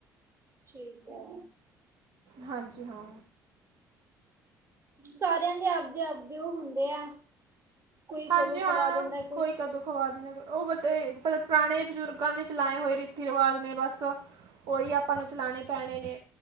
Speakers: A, on the right; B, on the right.
A: ਠੀਕ ਐ।
B: ਹਾਂਜੀ ਹਾਂ।
A: ਸਾਰਿਆਂ ਦੇ ਆਪਦੇ ਆਪਦੇ ਹੁੰਦੇ ਆ। ਕੋਈ
B: ਹਾਂਜੀ
A: ਕਦੋਂ
B: ਹਾਂ
A: ਖਵਾ ਦਿੰਦਾ
B: ਕੋਈ ਕਦੋਂ ਖਵਾ ਨਾ ਉਹ ਬ ਪੁਰਾਣੇ ਬਜ਼ੁਰਗਾਂ ਦੇ ਚਲਾਏ ਹੋਏ ਰੀਤੀ ਰਿਵਾਜ਼ ਨੇ। ਬਸ ਉਹੀ ਆਪਾਂ ਨੂੰ ਚਲਾਣੇ ਭੈਣੇ ਨੇ